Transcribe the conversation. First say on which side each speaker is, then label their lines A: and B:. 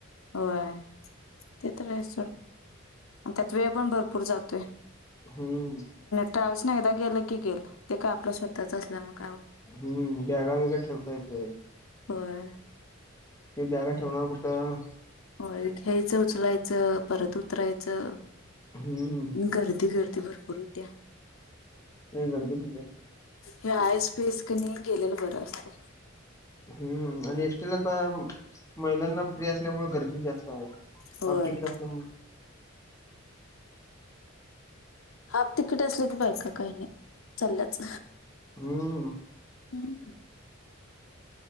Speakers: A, on the left (about 85°); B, on the left (about 15°).
A: होय ते तर आहे सड त्यात वेळ पण भरपूर जातोय.
B: हम्म.
A: ट्राव्हल्स ना एकदा गेलं की, गेल ते काय आपलं स्वतःच असल्या मग
B: हम्म बॅगा वेगा ठेवता येत.
A: होय.
B: हे बॅगा ठेवणार कुठं?
A: हो घ्यायचं उचलायचं परत उतरायचं.
B: हम्म
A: गर्दी गर्दी भरपूर होत्या.
B: काही गर्दी पण <unintelligible>
A: हे आयस पेस कनी गेलेलं बरं असत.
B: हम्म आणि एसटीला तर महिलांना फ्री असल्यामुळे गर्दी जास्त आहे. हाफ
A: होय
B: तिकीट असल्यामुळे.
A: हाफ तिकीट असली की बाय का काही नाही चाल्याच.
B: हम्म.
A: ब.